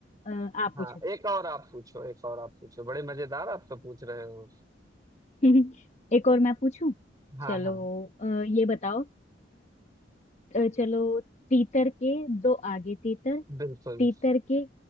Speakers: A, on the left; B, on the right.
A: अ, आप
B: हाँ
A: पूछो
B: एक और आप पूछो एक और आप पूछो बड़े मजेदार आप तो पूछ रहे हो
A: <laughs> एक और मैं पूछूं
B: हाँ
A: चलो
B: हाँ
A: अ, ये बताओ अ, चलो तीतर के दो आगे तीतर
B: बिल्कुल
A: तीतर के